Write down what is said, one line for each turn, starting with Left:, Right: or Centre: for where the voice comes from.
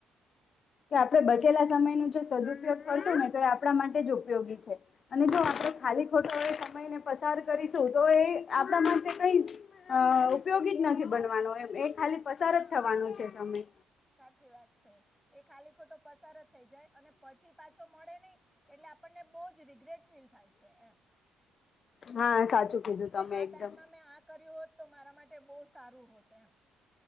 Left: કે આપણે બચેલા સમય ન જો સદુપયોગ કરશું ને તો એ આપણા માટે જ ઉપયોગી છે. અને જો આપણે
Centre: હા
Left: ખાલી ખોટો એ સમયને પસાર કરીશું તો એ આપણા માટે કઈ અ ઉપયોગી જ નથી બનવાનો એમ એ ખાલી પસાર
Centre: હા
Left: જ થવાનું છે સમય.
Centre: સાચી વાત છે, એ ખાલી ખોટો પસાર જ થઈ જાય અને પછી પાછો મળે નહી એટલે આપણને બહુ જ રિગ્રેટ ફુલ થાય છે એમ.
Left: હા સાચું. કીધું
Centre: કે
Left: તમે
Centre: આ
Left: એકદમ
Centre: ટાઈમમાં મેં આ કર્યું હોત તો મારા માટે બહુ સારું હોત એમ.